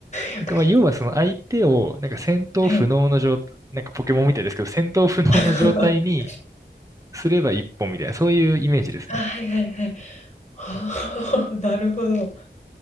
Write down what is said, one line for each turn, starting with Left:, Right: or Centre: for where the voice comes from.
Left: やっぱり。
Right: なんかまあ要はその相手を、なんか戦闘不能の状態、
Left: はい。
Right: なんかポケモンみたいですけど、戦闘不能の状態に
Left: <laughs>
Right: すれば一本みたいな、そういうイメージですね。
Left: あ、はいはいはい。<laughs> ああ、なるほど。